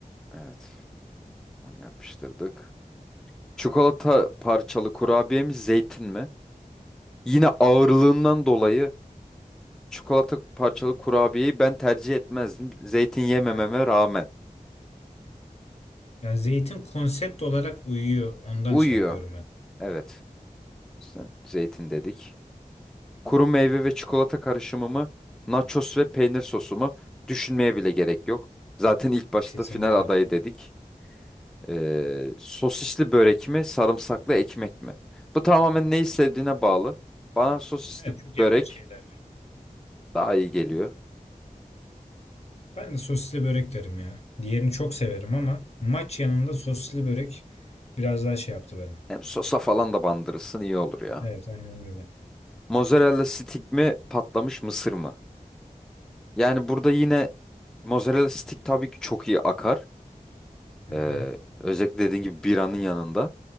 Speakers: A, in the centre; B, on the left (about 45°).
A: Evet. onu Yapıştırdık. Çikolata parçalı kurabiye mi zeytin mi? Yine ağırlığından dolayı çikolata parçalı kurabiyeyi ben tercih etmezdim. Zeytin yemememe
B: Ben de.
A: rağmen.
B: Yani zeytin konsept olarak uyuyor. Ondan
A: Uyuyor.
B: şey yapıyorum ben.
A: Evet. Sen zeytin dedik. Kuru meyve ve çikolata karışımımı, nachos ve peynir sosumu düşünmeye bile gerek yok. Zaten ilk başta
B: Kesinlikle.
A: final adayı dedik. Ee, sosisli börek mi, sarımsaklı ekmek mi? Bu tamamen neyi sevdiğine bağlı. Bana sosisli
B: Evet çok yakın
A: börek
B: şeyler birbirine.
A: daha iyi geliyor.
B: Ben de sosisli börek derim ya. Diğerini çok severim ama maç yanında sosisli börek biraz daha şey yaptı beni.
A: Hem sosa falan da bandırırsın iyi olur ya.
B: Evet aynen öyle.
A: Mozzarella stick mi, patlamış mısır mı? Yani burada yine mozzarella stick tabii ki çok iyi akar.
B: Hı
A: Ee,
B: hı.
A: özellikle dediğin gibi biranın yanında.